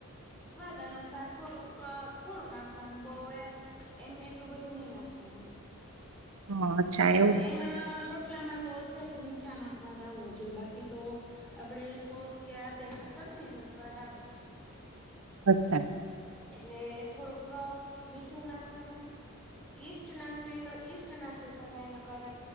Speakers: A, in the centre; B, on the right (about 80°).
A: સ્વાદ અનુસાર થોડુંક થોડું નાખવાનું બહુ એ એમ એટલું બધું નહી નાખવાનું.
B: હા અચ્છા
A: સ્વાદ
B: એવું
A: એમાં રો રોટલામાં તો સહેજ મીઠાનો સ્વાદ આવવો જોઈએ, બાકી તો આપડે સોસ કે આ તે નાખતા હોય ને એમાં સ્વાદ આવે જ.
B: અચ્છા.
A: એટલે થોડુંક મીઠું નાખવાનું, ઈસ્ટ નાખવી હોય તો ઈસ્ટ નાખી શકાય, ન કર